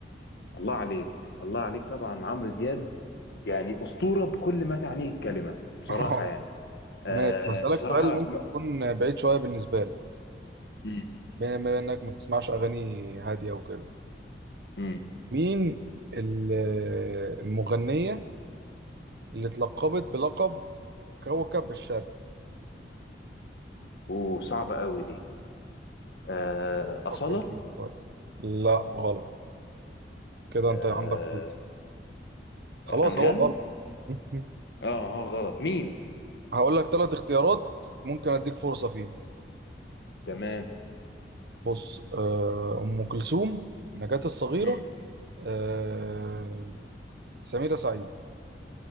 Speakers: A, on the left; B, on the right.
A: الله عليك الله عليك طبعا عمرو دياب يعني أسطورة بكل ما تعنيه الكلمة بصراحة
B: <laughs>
A: يعني آه
B: ماشي هسألك
A: بصراحة
B: سؤال ممكن يكون بعيد شوية بالنسبة لك
A: امم
B: بما إنك ما بتسمعش أغاني هادية وكده
A: امم
B: مين ال- المغنية اللي اتلقبت بلقب كوكب الشرق
A: وصعبة قوي دي آه أصالة
B: فكر فيها شوية لا غلط كده
A: آه
B: أنت عندك غلط خلاص
A: أنغام
B: هو غلط <laughs>
A: اه اه غلط مين
B: هقول لك ثلاث اختيارات ممكن أديك فرصة فيهم
A: تمام
B: بص آه، أم كلثوم نجاة الصغيرة
A: مم.
B: آه، سميرة سعيد